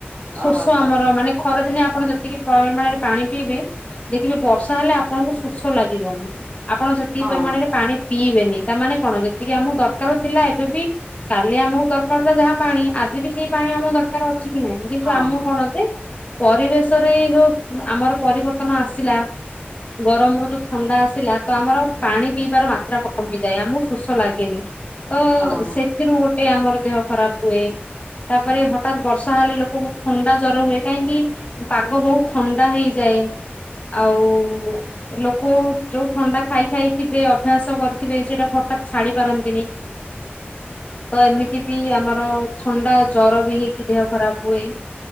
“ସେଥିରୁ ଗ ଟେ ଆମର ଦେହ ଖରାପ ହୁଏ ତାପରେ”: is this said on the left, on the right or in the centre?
Left